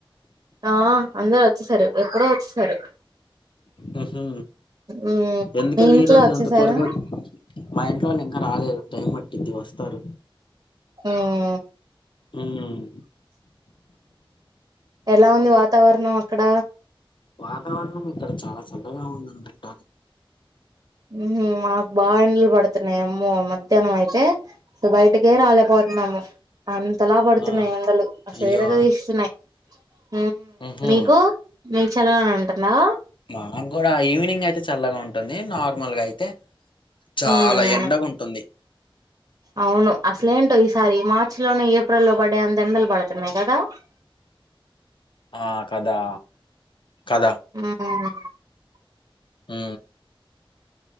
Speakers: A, on the right (about 50°); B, on the left (about 60°).
A: ఆ అందరు వచ్చేసారు. ఎప్పుడో వచ్చేసారు.
B: మ్మ్ హు
A: ఉమ్
B: ఎందుకని
A: మీ ఇంట్లో
B: ఈ రోజు
A: వచ్చేసారా
B: అంత త్వరగ మా ఇంట్లో వాళ్ళు ఇంకా రాలేదు టైం పట్టిది వస్తారు.
A: మ్మ్
B: హ్మ్
A: ఎలా ఉంది వాతావరణం ఎక్కడ
B: వాతావరణం ఇక్కడ చాలా చల్లగా ఉందనుకుంటా.
A: మ్ మాకు బాగా ఎండలు పడుతున్నాయి. అమ్మో మధ్యాహ్నం అయితే స బయటికే రాలేపో యినము, అంతలా
B: అవునా
A: పడుతున్నాయి ఎండలు అసలు
B: అయ్యో
A: ఇరగ తీస్తున్నాయి. మ్
B: ఉహూ
A: మీకు మీకు చల్లగానే ఉంటుందా?
B: మా గూడ ఈవినింగ్ అయితే చల్లగ ఉం టుంది నార్మల్గ అయితే చాల
A: ఉమ్
B: ఎండగా ఉంటుంది
A: అవును అసలేంటో ఈసారి మార్చి లోనే ఏప్రిల్ లో పడ్డే అంత ఎండలు పడుతున్నాయి కదా క
B: ఆ కదా కద
A: ఉమ్
B: ఉ